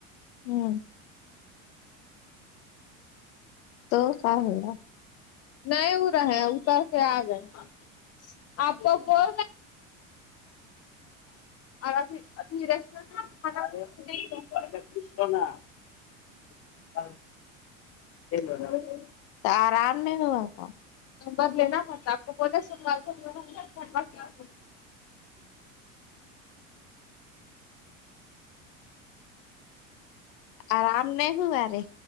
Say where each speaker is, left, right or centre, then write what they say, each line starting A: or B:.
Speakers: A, on the left; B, on the left.
A: ہوں تو کا حلا <unintelligible>
B: نہیں ا رہا ہے اتر کے آ گئے <unintelligible> اور ابھی- ابھی ریورھا- <unintelligible>
A: تو آرام نہیں ہوسا-
B: بدلینا مت آپ کو بولاے سروات کر-
A: آرام نہیں ہوا رے